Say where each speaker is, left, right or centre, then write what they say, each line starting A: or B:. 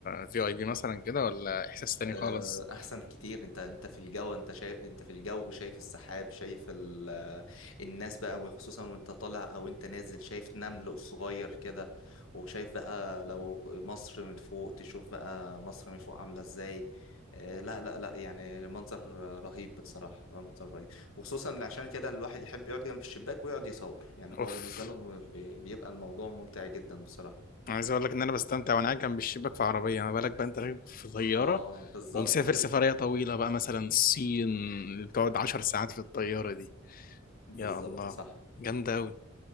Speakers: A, on the left (about 40°); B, on the left (about 70°).
A: في اي بي مثلا كده ولا احساس تاني
B: آه،
A: خالص
B: احسن كتير انت انت في الجو انت شايف انت في الجو شايف السحاب شايف ال... آه، الناس بقى وخصوصا وانت طالع او انت نازل شايف نمل صغير كده وشايف بقى لو مصر من فوق تشوف بقى مصر من فوق عاملة ازاي آه، لا لا لا يعني منظر رهيب بصراحة منظر رهيب وخصوصا عشان كده الواحد يحب يقعد جنب الشباك ويقعد يصور يعني هو
A: اوف
B: بالنسبة لهم بي- بيبقى الموضوع ممتع جدا بصراحة
A: عايز اقول لك ان انا بستمتع وانا قاعد جنب الشباك في عربيه ما بالك بقى انت راكب في طياره
B: اه بالظبط
A: ومسافر
B: كده
A: سفريه طويله بقى مثلا الصين اللي بتقعد عشر ساعات في الطياره دي
B: بالظبط
A: يا الله
B: صح
A: جامده قوي